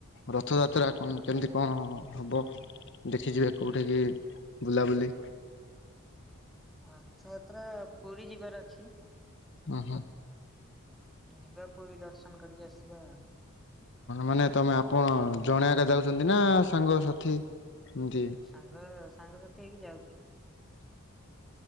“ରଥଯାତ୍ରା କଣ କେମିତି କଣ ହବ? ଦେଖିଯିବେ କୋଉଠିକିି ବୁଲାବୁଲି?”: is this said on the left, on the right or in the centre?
Left